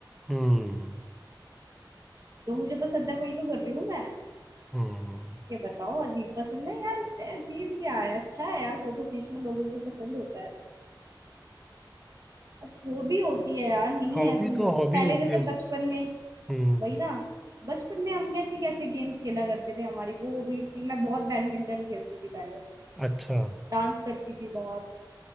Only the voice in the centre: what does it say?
हम्म
हम्म
हॉबी
तो
हॉबी
होती
है उसकी
हम्म
अच्छा